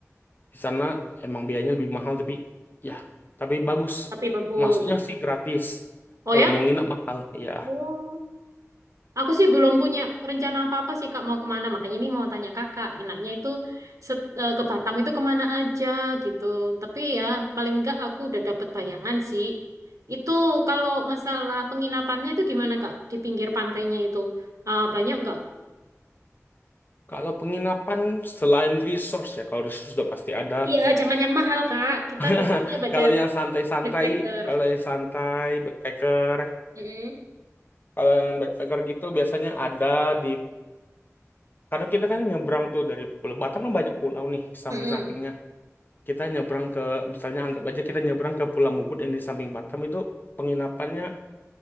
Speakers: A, on the left; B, on the right.
A: Di sana emang biayanya lebih mahal tapi ya tapi bagus.
B: Tapi bagus.
A: Masuknya sih gratis.
B: Oh
A: Kalau
B: ya?
A: mau nginep mahal, ya.
B: Oh. Aku sih belum punya rencana apa-apa sih Kak mau kemana. Makanya ini mau tanya Kakak. Enaknya itu set- eh, ke Batam itu kemana aja gitu. Tapi ya paling enggak aku udah dapet bayangan sih. Itu kalau masalah penginapannya itu gimana Kak? Di pinggir pantainya itu. Ah, banyak nggak?
A: Kalau penginapan selain resource ya, kalau resource sudah pasti ada.
B: Iya, jangan yang mahal Kak. Kita
A: <laughs>
B: budgetnya budget
A: Kalau yang santai-santai,
B: backpacker.
A: kalau yang santai backpacker,
B: Mm-mm.
A: kalau yang backpacker gitu biasanya ada di Kadang kita kan nyebrang tuh dari Pulau Batam kan banyak pulau nih samping-sampingnya.
B: Mm-mm.
A: Kita nyebrang ke misalnya anggap aja kita nyebrang ke Pulau Mubut yang di samping Batam itu penginapannya